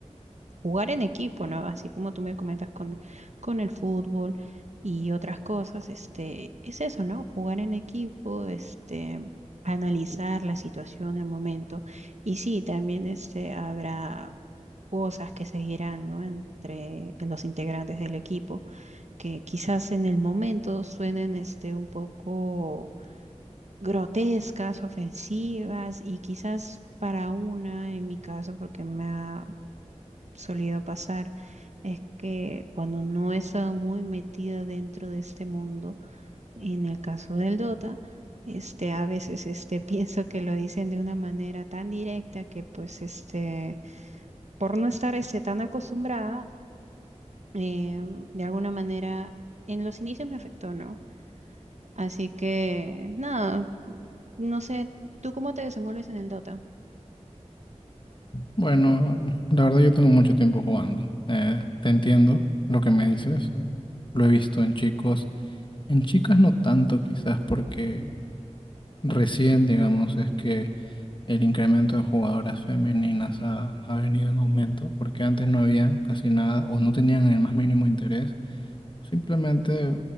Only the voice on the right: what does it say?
jugar en equipo, ¿no? Así como tú me comentas con, con el fútbol y otras cosas, este, es eso, ¿no? Jugar en equipo, este, analizar la situación, el momento. Y sí, también este, habrá cosas que seguirán, ¿no? Entre los integrantes del equipo, que quizás en el momento suenen este, un poco grotescas, ofensivas y quizás para una, en mi caso, porque me ha solido pasar es que cuando no he estado muy metida dentro de este mundo, en el caso del Dota, este, a veces este, <laughs> pienso que lo dicen de una manera tan directa que pues este, por no estar este, tan acostumbrada, eh, de alguna manera en los inicios me afectó, ¿no? Así que nada, no sé, ¿tú cómo te desenvuelves en el Dota?